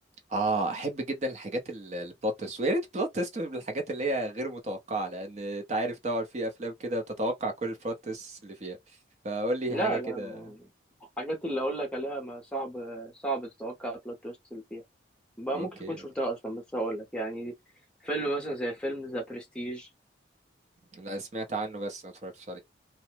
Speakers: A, on the right; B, in the centre.
A: آه أحب جدا الحاجات ال- البلوت تويست ويا ريت البلوت تويست بالحاجات اللي هي غير متوقعة لأن أنت عارف طبعا في أفلام كده بتتوقع كل البلوت تويست اللي فيها فقول لي
B: لا
A: حاجة كده
B: لا ما... الحاجات اللي اقول لك عليها ما صعب صعب تتوقع بلوت تويست اللي فيها بقى
A: أوكي
B: ممكن تكون شفتها اصلا بس هقول لك يعني فيلم مثلا زي فيلم ذا برستيج
A: لا سمعت عنه بس ما اتفرجتش